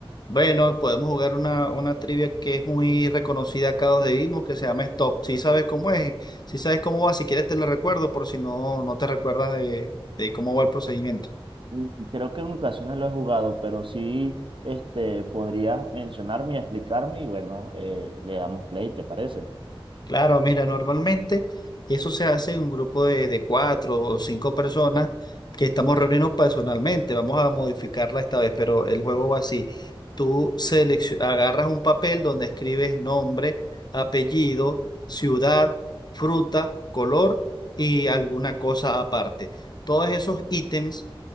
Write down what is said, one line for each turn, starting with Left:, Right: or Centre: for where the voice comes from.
Left: Bueno, podemos jugar una, una trivia que es muy reconocida acá donde vivimos, que se llama Stop. Si sabes cómo es, si sabes cómo va, si quieres te lo recuerdo por si no, no te recuerdas de, de cómo va el procedimiento.
Right: Mm, Creo que en ocasiones lo he jugado, pero sí, este, podrías mencionarme y explicarme y bueno, eh, le damos play, ¿te parece?
Left: Claro, mira, normalmente eso se hace en un grupo de, de cuatro o cinco personas que estamos reuniendo personalmente. Vamos a modificarla esta vez, pero el juego va así. Tú seleccio- agarras un papel donde escribes nombre, apellido, ciudad, fruta, color y alguna cosa aparte. Todos esos ítems